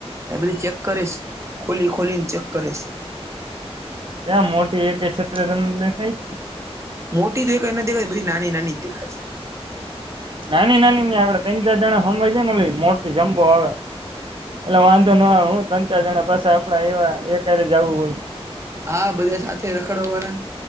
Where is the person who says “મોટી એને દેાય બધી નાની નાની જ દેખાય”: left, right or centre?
Right